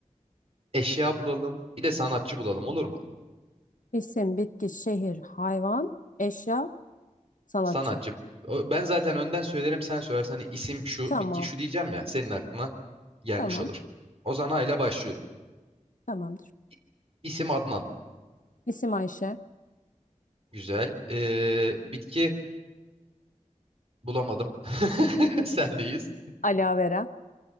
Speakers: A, on the right (about 50°); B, on the left (about 85°).
A: eşya bulalım, bir de sanatçı bulalım olur mu?
B: İsim, bitki, şehir, hayvan, eşya, sanatçı.
A: sanatçı. O- Ben zaten önden söylerim sen söylersen hani isim şu
B: Tamam,
A: bitki şu diyeceğim ya senin aklına gelmiş
B: tamam,
A: olur. Ozan A ile başlıyorum.
B: tamamdır.
A: İ- İsim Adnan.
B: İsim Ayşe,
A: Güzel. Ee, bitki bulamadım. <laughs> Sendeyiz.
B: Ala Vera.